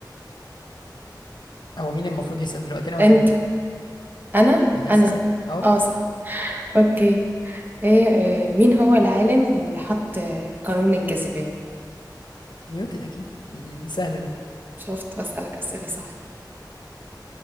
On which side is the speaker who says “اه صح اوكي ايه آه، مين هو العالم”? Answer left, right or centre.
Right